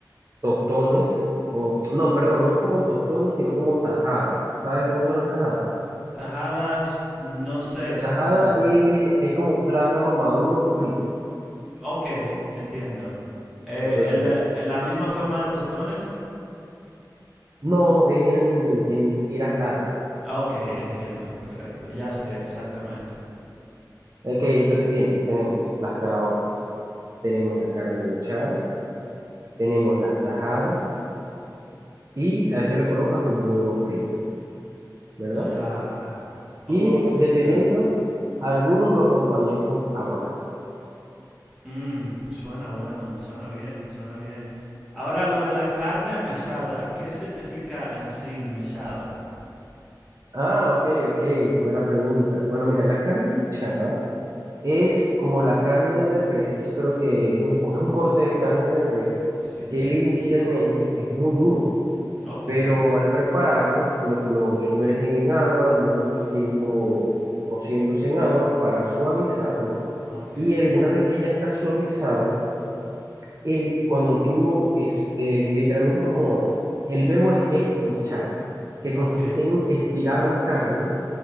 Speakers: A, on the right; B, in the centre.
A: tostones, o no, perdón, no es como tostones, sino como tajadas. ¿Sabes cómo son las tajadas?
B: Tajadas, no sé
A: La
B: exactamente.
A: tajada eh, es como plátano maduro frito.
B: Ok, entiendo. Eh,
A: Entonces,
B: el- el- la misma forma de tostones.
A: No, es en, en tiras largas.
B: Ok, entiendo. Perfecto. Ya sé exactamente.
A: Ok, entonces tiene- tenemos las caraotas, tenemos la carne mechada, tenemos las tajadas y a eso le colocas un huevo frito, ¿verdad?
B: Ya. Un
A: Y
B: huevo frito.
A: dependiendo, algunos lo acompañan con aguacate.
B: Mmm, suena bueno, suena bien, suena bien. Ahora lo de la carne mechada. ¿Qué significa en sí mechada?
A: Ah, ok, ok, buena pregunta. Bueno, mira, la carne mechada es como la carne de res, eso creo que es un, co- es un corte de carne de res
B: Sí.
A: que él inicialmente es muy duro.
B: Ok,
A: pero al prepararlo lo, lo sumergen en agua, dura mucho tiempo cociéndose en agua para suavizarlo
B: ok,
A: y alguna vez que ya está suavizado, el, cuando tú lo es eh, literalmente como el verbo es esmechar, que consiste
B: ok.
A: en estirar la carne